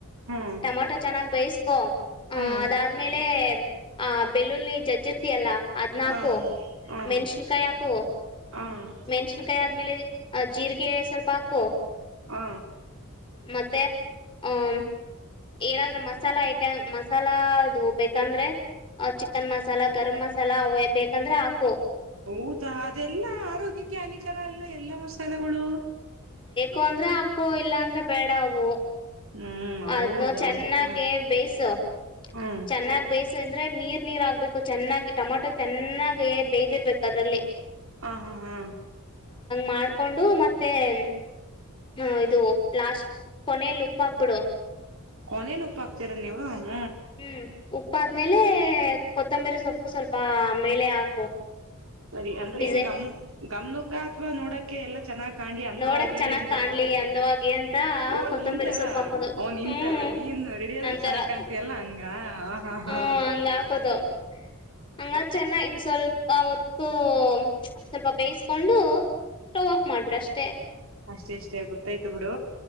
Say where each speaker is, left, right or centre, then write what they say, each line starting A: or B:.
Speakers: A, on the right; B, on the left.
A: ಹ್ಮ್
B: ಟಮೊಟೊ ಚೆನ್ನಾಗ ಬೇಸ್ ಕ
A: ಹ್ಮ್
B: ಆ ಅದಾದ್ಮೇಲೆ ಆ ಬೆಲ್ಲುಲ್ಲಿ ಜೇಜ್ಜಿರ್ತಿಯಲ್ಲ ಹದ್ನಾಾಕು
A: ಹ್ಮ್ ಹ್ಮ್
B: ಮೆಣಷನ್ಕಾಯ ಹಾಕು
A: ಹ್ಮ್
B: ಮೆಣ್ಸಿನ್ಕಾಯಿ ಆದ್ಮೇಲೆ ಜೀರ್ಗೆ ಸ್ವಲ್ಪ್ ಪ್ಪಾಕು
A: ಆ
B: ಮತ್ತೆ ಹಾಂ ಎರದ್ರು ಮಸಾಲಾದು ಐಟಮ ಮಸಾಲಾ ಅದು ಬೇಕಂದ್ರೆ ಅ ಚಿಕನ್ ಮಸಾಲಾ ಗರಂ ಮಸಾಲ ಅವ ಬೇಕಂದ್ರೆ ಹ
A: ಹೌದಾ ಅದೆಲ್ಲಾ ಆರೋಗ್ಯಕ್ಕೆ ಹಾನಿಕಾರ ಅಲ್ಲ ಎಲ್ಲಾ ಮಸಾಲೆಗಳು
B: ಕೊಂದ್ರೆ ಹಾಕೋ ಇಲ್ಲಾಂದ್ರೆ ಬೇಡ ಅವು
A: ಹ್ಮ್ ಹೌದಾ
B: ಅದ್ನು ಚೆನ್ನಾಗೆ
A: ಹ
B: ಬೇಯಿಸು
A: ಹ್ಮ್
B: ಚೆನ್ನಾಗ್ ಬೇಯಿಸ್ ಬೆಂದ್ರೆ ನೀರ್ ನೀರಾಗ್ಬೇಕು ಚೆನ್ನಾಗಿ ಟೊಮಾಟೊ ಚೆನ್ನಾಗ್ ಬೇ್ದಿರ್ಬೇಕು ಅದ್ರಲ್ಲಿ
A: ಹ ಹಾ ಹಾ
B: ಮಾಡ್ಕೊಂಡು ಮತ್ತೆ- ಹ ಇದು ಲಾಸ್ಟ್ ಕೊನೇಲುಪ್ಪಾಕ್ಬಿಡು
A: ಕೊನೇಲ್ ಉಪ್ಪ ಹಾಕ್ತೀರ ನೀವ ಹ್ಮ
B: ಹ್ಮ್ ಉಪ್ಪಾದ್ಮೇಲೆ ಕೊತ್ತಂಬರಿ ಸೊಪ್ಪು ಸ್ವಲ್ಪ ಮೇಲೆ ಹಾಕು
A: ಸರಿ ಅಂದ್ರೆನ್
B: ಡಿಸೈ
A: ಗಮ್ ಗಮ್ನುಕ್ಕಾ ಅಥವಾ ನೋಡೋಕ್ಕೆ ಎಲ್ಲ ಚೆನ್ನಾಗ್ ಕಾಣ್ಲಿ ಅಂದವಾಗಿ
B: ನೋಡಕ್ ಚೆನ್ನಾಗ್
A: ಅಂತ
B: ಕಾಣ್ಲಿ ಅಂದವಾಗಿ ಅಂತ
A: ಓ
B: ಕೊತ್ತಂಬರಿ
A: ನಿಂತರ
B: ಸೊಪ್ಪಾಕೋದು
A: ಓ ನಿಂತರ
B: ಹ್ಮ
A: ನೀನ್ ರೆಡಿ ಆದ್ರೆ
B: ನಂತರ
A: ಚೆನ್ನಾಗ್
B: ಹ
A: ಕಾಣ್ತಿಯಲ್ಲ ಹಂಗ ಹ ಹಾ ಹಾ ಹ
B: ಹೂ ಅಂಗಾಕೋದು ಹಂಗಾರ್ ಚೆನ್ನಾ ಇನ್ಸ್ ಸ್ವಲ್ಪ ಹೊತ್ತು ಸ್ವಲ್ಪ ಬೇಸ್ಕೊಂಡು ಸ್ಟೌಆಫ್ ಮಾಡ್ಬಿಡಷ್
A: ಅಷ್ಟೇಷ್ಟೇ ಗೊತ್ತಾಯ್ತು ಬಿಡು